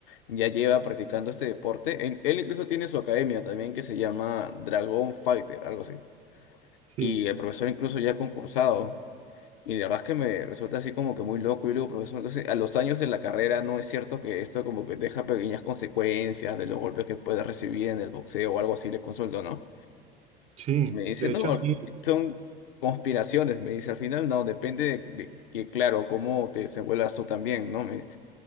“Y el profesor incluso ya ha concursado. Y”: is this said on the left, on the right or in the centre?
Left